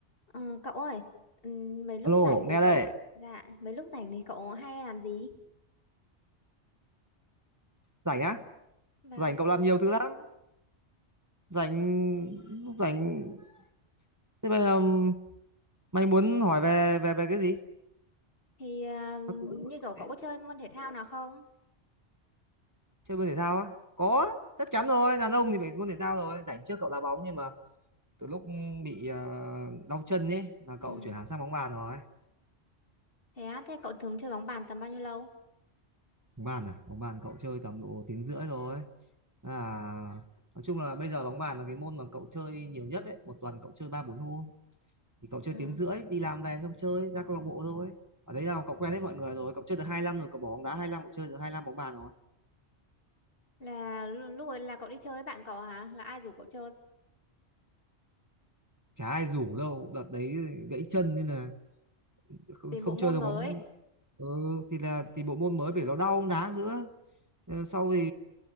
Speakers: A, on the left; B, on the right.
A: Ờ, cậu ơi, ừm, mấy lúc
B: Alo,
A: rảnh thì
B: nghe
A: cậu
B: đây,
A: dạ, mấy lúc rảnh thì cậu hay làm gì?
B: rảnh á?
A: Vâng,
B: Rảnh cậu làm nhiều thứ lắm, rảnh rảnh thế bây giờ um, mày muốn hỏi về về về cái gì?
A: thì ờ,
B: Tao tự dưng hỏi
A: như
B: cậu
A: cậu cậu
B: thế.
A: có chơi môn thể thao nào không?
B: Chơi môn thể thao á? Có, chắc chắn rồi, đàn ông thì phải môn thể thao rồi, rảnh trước cậu đá bóng nhưng mà từ lúc bị ờ, đau chân ấy là cậu
A: Ừm,
B: chuyển hẳn sang bóng bàn rồi.
A: Thế á, thế cậu thường chơi bóng bàn tầm bao nhiêu lâu?
B: Bóng bàn à? Bóng bàn cậu chơi tầm độ tiếng rưỡi rồi. À, nói chung là bây giờ bóng bàn là cái môn mà cậu chơi nhiều nhất đấy, một tuần cậu chơi 3 4 hôm. thì cậu chơi
A: Ờ,
B: tiếng rưỡi đi làm về xong chơi ra câu lạc bộ thôi ở đấy là cậu quen hết mọi người rồi cậu chơi được hai năm rồi cậu bỏ bóng đá hai năm cậu chơi được hai năm bóng bàn rồi
A: là lu- lúc ấy là cậu đi chơi với bạn cậu hả? Là ai rủ cậu chơi
B: chả ai rủ đâu đợt đấy gãy chân nên là không,
A: tìm
B: không
A: bộ môn
B: chơi được
A: mới?
B: bóng ừ, thì là thì bộ môn mới phải nó đau bóng đá nữa Ờ, sau thì